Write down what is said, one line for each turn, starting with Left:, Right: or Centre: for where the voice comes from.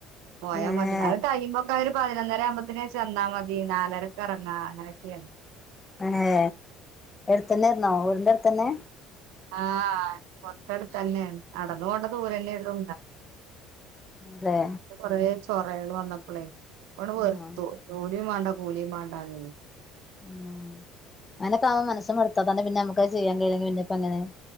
Right: പോയാ
Left: ഏഹ്
Right: മതി അത് ടൈംമും ഒരു പതിനൊന്നര ആവുമ്പോത്തനേ ചെന്നാ മതി നാലരക്ക് എറങ്ങാം അങ്ങനെയൊക്കെയാണ്
Left: ഹ് ഹേ അടുത്തന്നെയായി <unintelligible> രുന്നോ വീടിന്റെ അടുത്തന്നെ
Right: ആഹ് കൊറച്ചടുത്തന്നെ നടന്നു പോവണ്ട ദൂരവെല്ലേയുള്ളു
Left: അതെ
Right: കൊറേ ചോറായിരുന്നു വന്നപ്പളേ അവിടെ വെർത്തു
Left: ആഹ്
Right: നൂ - ജോലിയും വേണ്ട കൂലിയും വേണ്ടാഞ്ഞ്
Left: ഉ അങ്ങനെക്കാകുമ്പോ മനസ്സ് മടുക്കും തന്നെ പിന്നെ നമ്മുക്കത് ചെയ്യാൻ കഴില്ലെങ്കി പിന്നെപ്പെങ്ങനെ